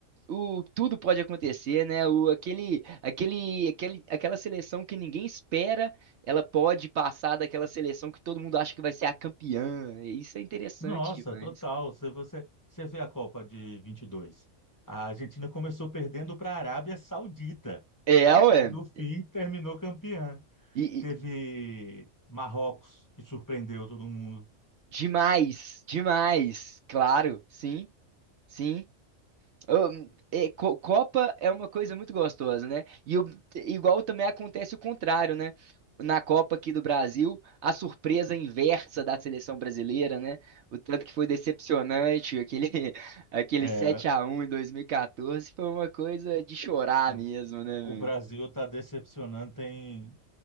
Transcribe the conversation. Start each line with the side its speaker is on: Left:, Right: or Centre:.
Right: o, tudo pode acontecer, né? O, aquele, aquele, aquele, aquela seleção que ninguém espera, ela pode passar daquela seleção que todo mundo acha que vai ser a campeã. Isso é interessante
Left: Nossa,
Right: demais.
Left: total. Se você, você vê a Copa de vinte e dois, A Argentina começou perdendo para a Arábia Saudita
Right: É, ué.
Left: e no fim terminou campeã.
Right: E,
Left: Teve Marrocos, que surpreendeu todo mundo.
Right: Demais, demais, claro, sim, sim. Ahn, é, co- Copa é uma coisa muito gostosa, né? E o- igual também acontece o contrário, né? Na Copa aqui do Brasil, a surpresa inversa da seleção brasileira, né? O tanto que foi decepcionante, aquele, <laughs> aquele
Left: É,
Right: sete a um em 2014 foi uma coisa de chorar
Left: o,
Right: mesmo, né,
Left: o Brasil está decepcionando tem